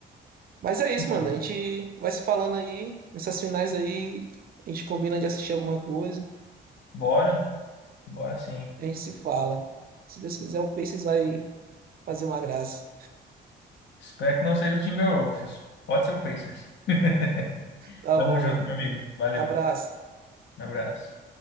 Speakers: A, on the right (about 50°); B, on the left (about 65°).
A: Mas é isso,
B: Então,
A: mano. A gente vai se falando aí. Nessas finais aí, a gente combina de assistir alguma coisa.
B: bora, bora sim.
A: A gente se fala. Se Deus quiser, o Pacers vai fazer uma graça.
B: Espero que não seja o Timberwolves. Pode ser o Pacers. <laughs>
A: Tá
B: Tamo
A: bom,
B: junto,
A: mano.
B: meu amigo. Valeu.
A: Abraço.
B: Um abraço.